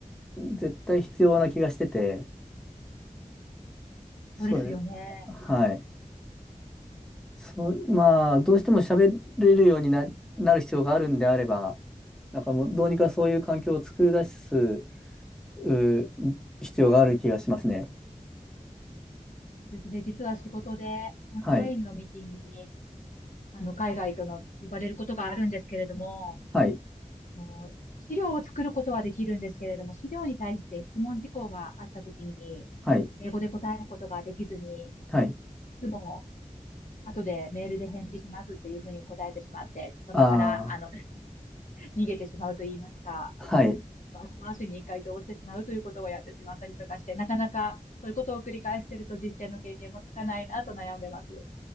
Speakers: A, in the centre; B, on the left.
A: 絶対必要な気がしてて、
B: そうですよね。
A: そうね、はい。そう、まあ、どうしても喋れるようにな、なる必要があるんであれば、なんかもうどうにかそういう環境を作り出すうー必要がある気がしますね。
B: ですね。実は仕事でオンラインのミーティングに、
A: はい。
B: あの、海外との呼ばれることがあるんですけれども、
A: はい。
B: あの、資料を作ることはできるんですけれども、資料に対して質問事項があったときに、
A: はい。
B: 英語で答えることができずに、い
A: はい。
B: つも後でメールで返事しますっていうふうに答えてしまって、その場から、
A: あ
B: あの <laughs>、逃げてしまうと言いますか、
A: あ、はい。
B: まあ後回しに回答をしてしまうということをやってしまったりとかして、なかなかそういうことを繰り返していると実践の経験もつかないなと悩んでます。